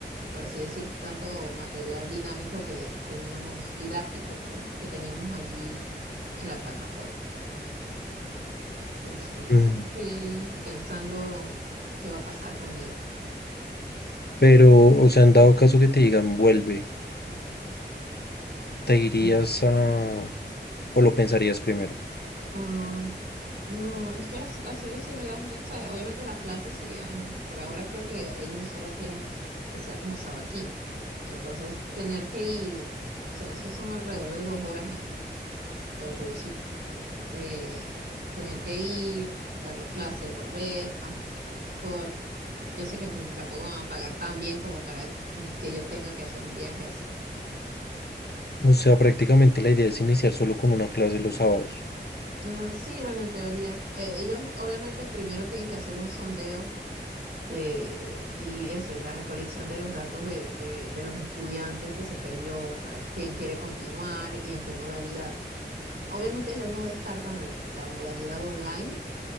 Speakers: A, on the right; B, on the left.
A: por así decir, tanto material dinámico que teníamos, didáctico, perdón, que teníamos allí en la plataforma. Entonces,
B: mm,
A: bueno, estoy ahí pensando qué va a pasar conmigo.
B: pero, o sea, en dado caso que te digan vuelve, ¿te irías
A: No.
B: a... o lo pensarías primero?
A: ah, no, es que hace- hacer ese viaje, ¿sabes? Obviamente las clases serían, por ahora creo que ellos solo quieren que sea como sabatino. Entonces, tener que ir, so- esos son alrededor de dos horas de de autobusito. Eh, tener que ir, dar la clase, volver, ah, por, yo sé que t- tampoco van a pagar tan bien como para que yo tenga que hacer un viaje así.
B: O sea, prácticamente la idea es iniciar solo con una clase los sábados.
A: Eh, sí, bueno, en teoría. Eh, ellos obviamente primero tienen que hacer un sondeo de, y eso, y la recolección de los datos de, de, de los estudiantes que se perdió, o sea, quién quiere continuar y en qué modalidad. Obviamente ellos no descartan la modalidad online,